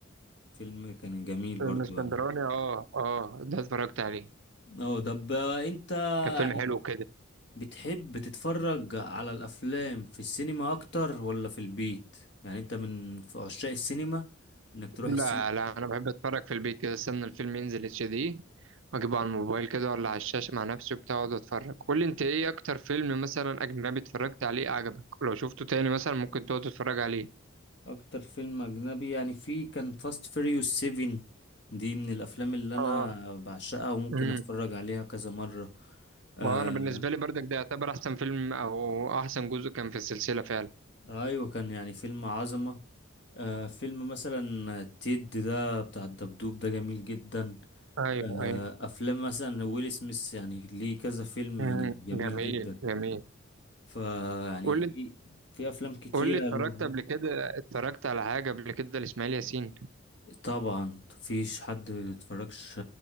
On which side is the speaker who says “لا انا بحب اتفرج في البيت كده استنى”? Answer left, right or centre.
Right